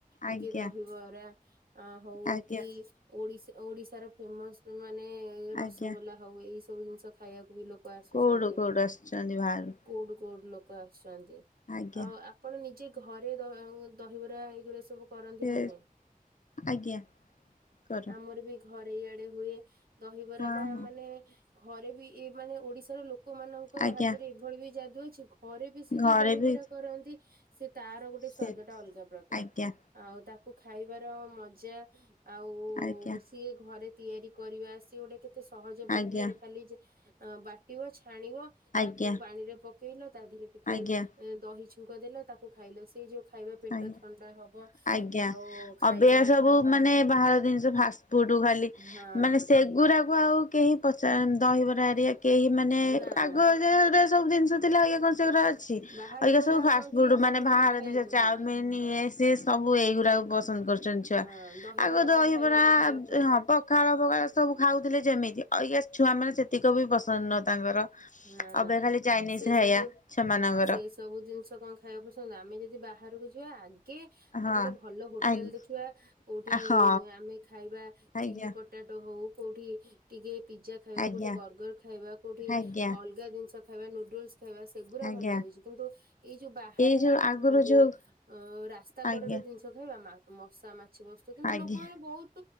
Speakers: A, on the right; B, on the left.
A: ଟିକେ
B: ଆଜ୍ଞା
A: ଦହିବରା ଆ ହଉ
B: ଆଜ୍ଞା
A: କି ଓଡ଼ି ଓଡ଼ିଶାର ଫେମସ ମାନେ ରସଗୋଲା
B: ଆଜ୍ଞା
A: ହଉ ଏଇ ସବୁ ଜିନିଷ ଖାଇବାକୁ ବି ଲୋକ ଆସିଛନ୍ତି
B: କୋଉଠୁ କୋଉଠୁ ଆସୁଛନ୍ତି ବାହାରୁ।
A: କୋଉଠୁ କୋଉଠୁ ଲୋକ ଆସିଛନ୍ତି
B: ଆଜ୍ଞା
A: ଆଉ ଆ ଆପଣ ନିଜେ ଘରେ ଆଉ ଦହିବରା ଏଇଗୁରା ସବୁ କରନ୍ତି
B: ସେ
A: ନା ନାଇଁ?
B: ଆଜ୍ଞା କର
A: ଆମର ବି ଘରେ ଇଆଡେ ହୁଏ ଦହିବରା
B: ହଁ
A: ଟା
B: ହଁ
A: ମାନେ ଘରେ ବି ଇଏ ମାନେ ଓଡ଼ିଶାର ଲୋକମାନ ଙ୍କ
B: ଆଜ୍ଞା
A: ହାତରେ ଏଇଭଳି ବି ଯାଦୁ ଅଛି ଘରେ ବି ସେ
B: ଘରେ
A: ଯୋଉ ଦହିବରା
B: ବି
A: କରନ୍ତି ସେ ତାର ଗୋଟେ
B: ସେ
A: ସ୍ୱାଦ ଟା ଅଲଗା ପ୍ରକାର
B: ଆଜ୍ଞା
A: ଆଉ ତାକୁ ଖାଇବାର ମଜା ଆଉ
B: ଆଜ୍ଞା
A: ସିଏ ଘରେ ତିଆରି କରିବା ସିଏ ଗୋଟେ କେତେ ସହଜ ପ୍ରକ୍ରିୟାରେ
B: ଆଜ୍ଞା
A: ଖାଲି ଯେ ବାଟିବ, ଛାଣିବ
B: ଆଜ୍ଞା
A: ତାକୁ ପାଣିରେ ପ ପକେଇଲ ତା ଦେହରେ ଟିକେ
B: ଆଜ୍ଞା
A: ଦହି ଛୁଙ୍କ ଦେଲ ତାକୁ ଖାଇଲ ସେ ଯୋଉ ଖାଇବା ପେଟ
B: ଆଜ୍ଞା
A: ଥଣ୍ଡା ହବ
B: ଆଜ୍ଞା
A: ଆଉ ଖାଇବା
B: ଅବିକା ସବୁ ମାନେ ବାହାର ଜିନିଷ ଫାଷ୍ଟଫୁଡ୍ ଖାଲି
A: ହଁ
B: ମାନେ ସେଗୁରାକୁ ଆଉ କେହି ପଚାର ଦହିବରା ଆରିଆ କେହି ମାନେ
A: ନା
B: ଆଗ
A: ନା
B: ଯାହା ସବୁ ଜିନିଷ ଥିଲା ଏବେ କଣ ସେଗୁଡ଼ା ଅଛି
A: ବାହାରକୁ
B: ଆଜି କାଲି
A: ଗଲେ
B: ସବୁ
A: ଆଉ
B: ଫାଷ୍ଟଫୁଡ୍
A: କଣ କିଏ ଦହିବରା
B: ମାନେ ବାହାର
A: ଖାଇବାକୁ
B: ଜିନିଷ ଚାଉମିିନ୍
A: ହଁ
B: ଇଏ ସିଏ ସବୁ ଏଇଗୁଡାକୁ ପସନ୍ଦ କରୁଛନ୍ତି ଛୁଆ।
A: ହଁ ଦହିବରା
B: ଆଗରୁ
A: କଣ
B: ଦହିବରା,
A: ଖାଇବାକୁ ଖାଇବାକୁ
B: ହଁ ପଖାଳ ପଖାଳ ସବୁ ଖାଉଥିଲେ ଯେମିତି ଆଜି କାଲି ଛୁଆ ମାନେ ସେତିକି ବି ପସନ୍ଦ ନୁହଁ ତାଙ୍କର।
A: ନା
B: ଅବିକା
A: ନା
B: ଖାଲି ଚାଇନିଜ
A: ସେ
B: ଖାଇବା
A: ସବୁ
B: ସେମାନଙ୍କର।
A: ହଁ ସେ ସବୁ ଜିନିଷ କଣ ଖାଇବାକୁ ପସନ୍ଦ ଆମେ ଯଦି ବାହାରକୁ ଯିବା ଆଗେ
B: ହଁ
A: ଗୋଟେ ଭଲ ହୋଟେଲ
B: ଆ
A: ଦେଖିବା କୋଉଠି
B: ହଁ
A: ଆମେ ଖାଇବା
B: ଆଜ୍ଞା।
A: ଚିଲି ପ ପଟାଟୋ ହଉ କୋଉଠି ଟିକେ ପିଜା ଖାଇବା,
B: ଆଜ୍ଞା
A: କୋଉଠି ବରର୍ଗର ଖାଇବା, କୋଉଠି
B: ଆଜ୍ଞା
A: ଅଲଗା ଜିନିଷ ଖାଇବା ନୁଡୁଲସୁ ଖାଇବା ସେଗୁଡା
B: ଆଜ୍ଞା
A: ଭଲ ଲାଗୁଛି କିନ୍ତୁ ଏଇ ଯୋଉ ବାହାରେ
B: ଏଇ ଯୋଉ
A: ହଁ
B: ଆଗରୁ
A: ମୋ
B: ଯୋଉ
A: ଅ ରାସ୍ତା
B: ଆଜ୍ଞା
A: କଡରେ ଜିନିଷ ଖାଇବା ମା ମଶା ମା ଛି ବସୁଥିବେ କିନ୍ତୁ
B: ଆଜ୍ଞା
A: ଲୋକମାନେ ବହୁତ